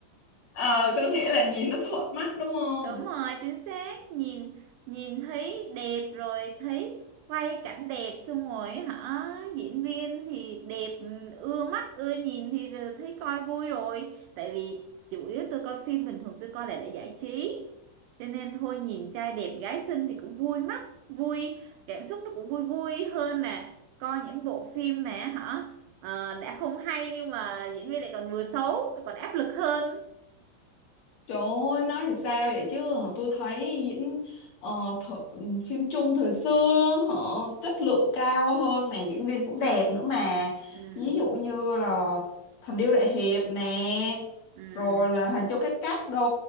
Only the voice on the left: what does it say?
ờ có nghĩa là nhìn nó thuận mắt đúng không
Trời ơi, nói thì sao vậy chứ tôi thấy diễn ờ, th- ừ, phim Trung thời xưa họ chất lượng cao hơn mà diễn viên cũng đẹp nữa mà
ví dụ như là Thần Điêu Đại Hiệp nè
rồi là Hình Châu Cái Cách đô